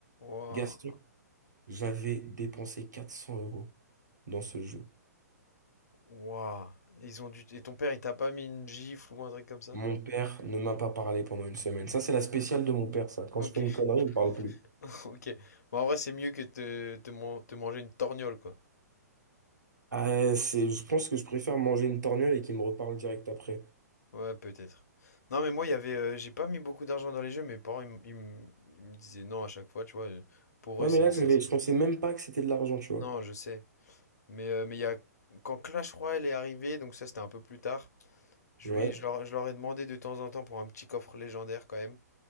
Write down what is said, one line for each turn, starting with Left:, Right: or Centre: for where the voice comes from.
Left: Waouh,
Right: Gaston, j'avais dépensé 400 euros dans ce jeu.
Left: waouh. Ils ont dû... Et ton père, il t'a pas mis une gifle ou un truc comme ça?
Right: Mon père ne m'a pas parlé pendant une semaine. Ça, c'est la spéciale de mon père, ça. Quand
Left: Ok,
Right: je fais une connerie, il me parle plus.
Left: <laughs> ok. Bon, en vrai, c'est mieux que de te, man- te manger une torgnole, quoi.
Right: Ah, c'est, je pense que je préfère manger une torgnole et qu'il me reparle direct après.
Left: Ouais, peut-être. Non, mais moi, il y avait, euh, j'ai pas mis beaucoup d'argent dans les jeux. Mes parents, ils, m- ils m- ils me disaient non à chaque fois, tu vois. euh, Pour
Right: Ouais,
Left: eux, c'est
Right: mais là, j'avais,
Left: c'est ça.
Right: je pensais même pas que c'était de l'argent, tu vois.
Left: Non, je sais. Mais euh, mais il y a quand Clash Royale est arrivé, donc ça, c'était un peu plus tard. Je
Right: Ouais,
Left: lui, je leur, je leur ai demandé de temps en temps pour un petit coffre légendaire quand même.